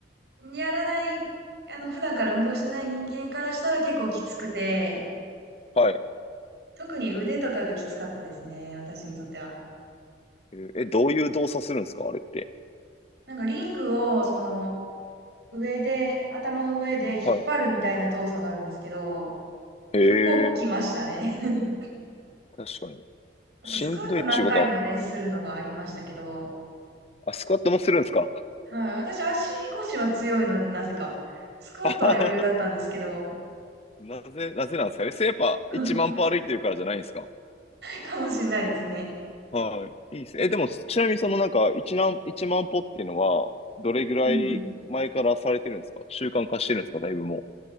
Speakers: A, on the right (about 65°); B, on the left (about 35°).
A: やらない、あの、普段から運動してない人間からしたら結構きつくて、
B: はい。
A: 特に腕とかがきつかったですね、私にとっては。
B: えーえどういう動作するんですかあれって。
A: なんかリングを、その、上で、頭の上で引っ張るみたいな動作があるんですけど、
B: はい。ええ、
A: 結構きましたね。<laughs>
B: 確かに。
A: あと、
B: しんどいっちゅうことは、
A: スクワット何回もね、するのがありましたけど、
B: あ、スクワットもするんですか
A: はい。私、足腰は強いので、なぜか。スクワットは余裕だったんですけど、
B: あはは <laughs> なぜ、なぜなんですかね。スやっぱ1万歩歩いてるからじゃないんですか
A: <laughs> かもしれないですね。
B: はい。いいですね。え、でも、ちなみにそのなんか、1万、一万歩っていうのは、どれぐらい前からされてるんですか習慣化してるんですかだいぶも
A: うんうん。